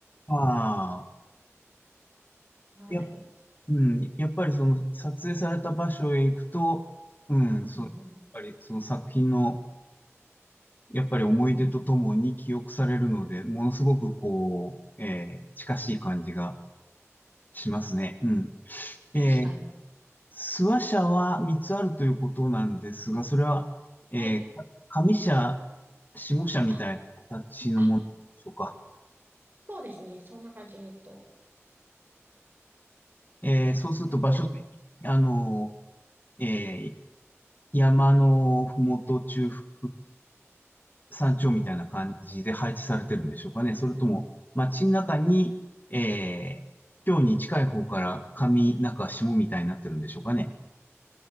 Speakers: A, on the left (about 35°); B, on the right (about 40°).
A: ああ、
B: <laughs> はい。
A: や、うん、やっぱりその撮影された場所へ行くと、うん、
B: うん、
A: そう、
B: うん、
A: やっぱりその作品のやっぱり思い出とともに記憶されるので、
B: うん。
A: ものすごくこう、えー近しい感じがしますね。うん。えー、
B: 確かに。
A: 諏訪社は3つあるということなんですが、それは、えー、
B: はい。
A: 上社、下社みたいな形のものでしょうか。
B: あ、あ、そうですね。そんな感じ。えっと、
A: えー、そうすると場所的に、
B: ほん、
A: あの、えー山のふもと中腹山頂みたいな感じで配置されてるんでしょうかね。
B: うん
A: それとも、街の中に、えー、今日に近い方から上中下みたいになってるんでしょうかね。